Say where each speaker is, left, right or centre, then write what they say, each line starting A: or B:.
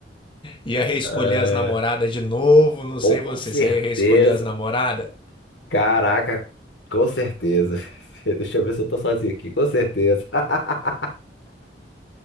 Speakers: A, on the left; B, on the left.
A: Ia reescolher
B: É,
A: as namoradas de novo, não
B: pô,
A: sei
B: com
A: você,
B: certeza.
A: você ia reescolher as namoradas?
B: Caraca, com certeza. <laughs> Deixa eu ver se eu tô sozinho aqui, com certeza. <laughs>